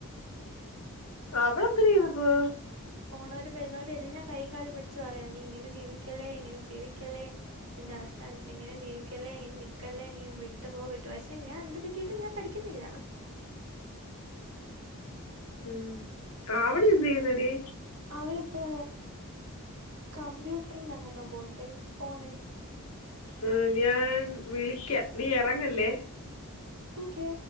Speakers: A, on the left; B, on the right.
A: അവള് എന്തിര് ചെയ്തപ്പോ?
B: പോണവരും വരുന്നവരും എല്ലാം കയ്യുംകാലം പിടിച്ച് പറയാ നീ ഇങ്ങനെ ജീവിക്കല്ലേ ജീവിക്കല്ലേ എന്റെ അവസ്ഥ കണ്ടിട്ട് ഇങ്ങനെ ജീവിക്കല്ലേ ഇങ്ങനെ ക്കല്ലെ നീ വിട്ടു പോ വിട്ട് പക്ഷെ ഞാൻ എന്ത് കിട്ടിയിട്ടും ഞാൻ പഠിക്കുന്നില്ല.
A: ഉം. ആവണി എന്ത് ചെയ്യുന്നെടി?
B: അവളിപ്പോ കമ്പ്യൂട്ടറിനെങ്ങാണ്ടെ പോണ്ടടി പോണടി.
A: ആ ഞാൻ വിളിക്ക നീ ഇറങ്ങല്ലേ.
B: ഓക്കെ